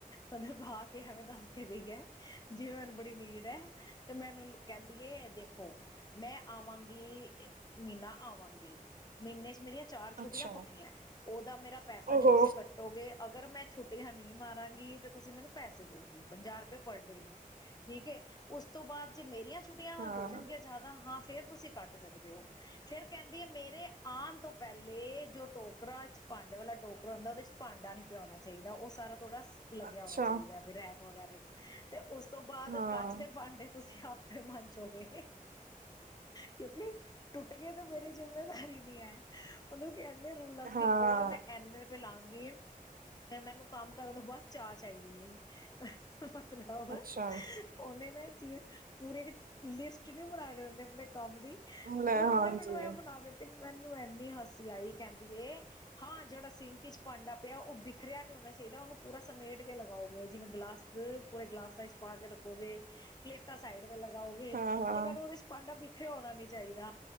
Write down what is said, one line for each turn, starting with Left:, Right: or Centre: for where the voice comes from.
Left: ਮਤਲਬ ਆ ਕੇ ਐਵੇਂ ਦੱਸ ਕੇ ਗਈ ਹੈ। ਜਿਵੇਂ ਮੈਨੂੰ ਬੜੀ ਨੀਡ ਹੈ, ਤੇ ਮੈਨੂੰ ਕਹਿੰਦੀ ਏ ਦੇਖੋ, ਮੈਂ ਆਵਾਂਗੀ ਮਹੀਨਾ ਆਵਾਂਗੀ, ਮਹੀਨੇ ਚ ਮੇਰੀਆਂ ਚਾਰ ਛੁੱਟੀਆਂ
Right: ਅੱਛਾ
Left: ਪੱਕੀਆਂ ਐ, ਉਹਦਾ ਮੇਰਾ ਪੈਸਾ
Right: ਓਹੋ
Left: ਨਹੀਂ ਤੁਸੀਂ ਕੱਟੋਗੇ, ਅਗਰ ਮੈਂ ਛੁੱਟੀਆਂ ਨਹੀਂ ਮਾਰਾਂਗੀ ਤੇ ਤੁਸੀਂ ਮੈਨੂੰ ਪੈਸੇ ਦਓਗੇ ਪੰਜਾਹ ਰੁ ਰੁਪਏ ਪਰ ਡੇ, ਠੀਕ ਏ, ਉਸ ਤੋਂ ਬਾਅਦ ਜੇ ਮੇਰੀਆਂ ਛੁਟੀਆਂ
Right: ਹਾਂ
Left: ਹੋਜਨ ਗਿਆਂ ਜ਼ਿਆਦਾ, ਹਾਂ ਫੇਰ ਤੁਸੀਂ ਕੱਟ ਸਕਦੇ ਹੋ, ਫੇਰ ਕਹਿੰਦੀ ਏ ਮੇਰੇ ਆਨ ਤੋਂ ਪਹਿਲੇ, ਜੋ ਟੋਕਰਾ ਚ ਭਾਂਡੇ ਵਾਲਾ ਟੋਕਰਾ ਹੁੰਦਾ, ਉਹਦੇ ਚ ਭਾਂਡਾ ਨੀ ਪਿਆ ਉਣਾ ਚਾਹੀਦਾ, ਉਹ ਸਾਰਾ ਥੋੜਾ ਸ ਲੱਗਿਆ
Right: ਅੱਛਾ
Left: ਹੋਣਾ ਚਾਹੀਦਾ ਹੈ <unintelligible> ਵਗੈਰਾ ਤੇ ਉਸ ਤੋਂ ਬਾਅਦ
Right: ਹਾਂ
Left: ਕੱਚ ਦੇ ਭਾਂਡੇ ਤੁਸੀਂ ਆਪ ਆਪੇ ਮਾਂਜੋਗੇ, ਕਿਉਂਕਿ ਟੁੱਟ ਗਏ ਤਾਂ ਮੇਰੀ ਜਿੰਮੇਦਾਰੀ ਨੀ ਹੈ। ਉਹਨੂੰ ਕ ਇੰਨੇ ਰੂਲ ਦਸ ਗਈ,
Right: ਹਾਂ
Left: ਔਰ ਮੈਂ ਏਨੇ ਰੁਪੇ ਲਾਂਗੀ ਫੇਰ ਮੈਨੂੰ ਕੰਮ ਕਰਨ ਤੋਂ ਬਾਅਦ ਚਾਹ ਚਾਹੀਦੀ ਏ। <inaudible> ਸੁਣਾਓ ਫੇਰ,
Right: ਅੱਛਾ
Left: ਉਹਨੇ ਨੇ ਜਿਵੇਂ ਪੂਰੇ ਇੱਕ ਲਿਸਟ ਨਹੀਂ ਬਣਾ ਕੇ ਦਿੰਦੇ ਆਪਣੇ ਕੰਮ ਦੀ ਮਤਲਬ
Right: ਲੈ
Left: ਉਹਨੇ
Right: ਹਾਂਜੀ
Left: ਮੈਨੂੰ ਇਹ ਬਣਾ ਦਿੱਤੀ। ਮੈਨੂੰ ਇੰਨੀ ਹੰਸੀ ਆਈ, ਕਹਿੰਦੀ ਏ, ਹਾਂ ਜਿਹੜਾ ਸਿੰਕ ਚ ਭਾਂਡਾ ਪਿਆ ਉਹ ਬਿਖਰਿਆ ਨੀ ਹੋਣਾ ਚਾਹੀਦਾ, ਉਹਨੂੰ ਪੂਰਾ ਸਮੇਟ ਕੇ ਲਗਾਓਗੇ ਜਿਵੇਂ ਗਲਾਸ। ਹੂੰ ਪੂਰੇ ਗਲਾਸਾਂ ਚ ਪਾ ਕੇ ਰੱਖੋਗੇ ਪਲੇਟ ਤਾਂ ਸਾਈਡ ਲਗਾਓਗੇ
Right: ਹਾਂ ਹਾਂ
Left: ਕਿ ਮੈਨੂੰ ਉਹਦੇ ਚ ਪਾਂਡਾ ਇਥੇ ਹੋਣਾ ਨੀ ਚਾਹੀਦਾ